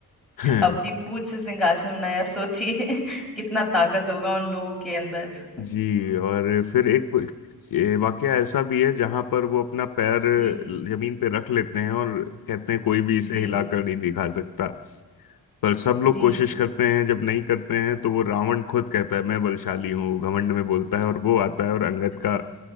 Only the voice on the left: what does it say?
हैं।
<laughs>
जी और फिर एक ये वाकया ऐसा भी है जहां पर वो अपना पैर
जमीन पे रख लेते हैं और कहते हैं कोई भी इसे
हिलाकर नहीं दिखा सकता पर सब
लोग कोशिश करते हैं जब नहीं करते हैं तो वो रावण खुद कहता है मैं बलशाली हूँ घमंड में बोलता है और वो आता है और अंगद
का